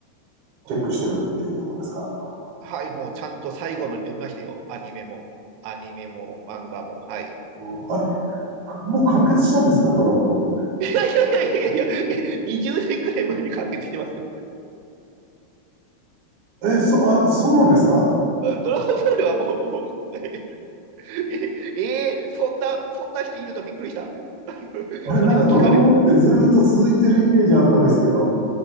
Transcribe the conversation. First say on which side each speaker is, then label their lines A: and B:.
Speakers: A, on the right; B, on the right.
A: うん
B: チェックしてるっていうところですか
A: はい、もうちゃんと最後まで読みましたよ。アニメも、アニメも漫画も、はい。
B: もう、あれかもう完結したんですかドラゴンボールっ
A: <laughs> いやいやいやいやいや、え20年ぐらい前に完結してますよ。
B: て。え、そ、あ、そうなんですか
A: うんドラゴンボールはもう、もうえ、<laughs> ええーそんな、そんな人いるとびっくりした。<laughs>
B: あれ、
A: それを聞かれると。
B: なんかドラゴンボールってずーっと続いてるイメージあったんですけど、